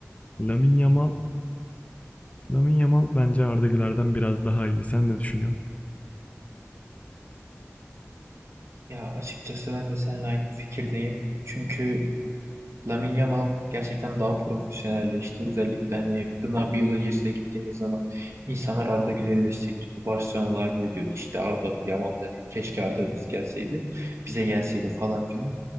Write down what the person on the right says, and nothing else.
Ya açıkçası ben de seninle aynı fikirdeyim. Çünkü Lamine Yamal gerçekten daha profesyonelleşti. Özellikle hani bundan bir yıl öncesine gittiğimiz zaman insanlar Arda Güler'i destekliyordu. Barcelona'lar bile diyordu işte Arda Yamal da değil, keşke Arda biz gelseydi, bize gelseydi falan filan.